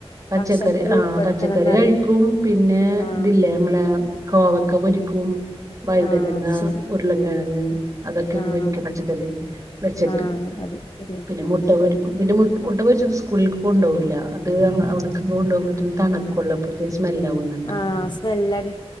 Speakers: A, on the right; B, on the left.
A: പച്ചക്കറി
B: ഭക്ഷണത്തിൽ
A: ആഹ്
B: ഉൾപ്പെടുത്തണംന്നറേ
A: പച്ചക്കറി കഴിക്കും പിന്നെ
B: ആഹ്
A: ഇതില്ലേ നമ്മളെ കോവക്ക പൊരിക്കും, വഴുതനങ്ങ,
B: ആഹ് അത് ശരി
A: ഉരുള കിഴങ്ങ് അതൊക്കെയാണ്
B: ആഹ്
A: പൊരിക്ക പച്ചക്കറി വെച്ചിട്ട്
B: ആഹ് അത് ശരിയാ
A: പിന്നെ മുട്ട പൊ പ്പോ പിന്നെ മുട്ട് മുട്ട പൊരിച്ചത് സ്കൂളിൽക്ക് കൊണ്ടു പോകില്ല അത് അവിടുക്ക് കൊണ്ടോകുമ്പത്തേനും ത കൊള്ളപ്പെ ജസ്സ് സ്മെല്ല ആവൂന്ന്
B: ആ സ്മെല്ലടി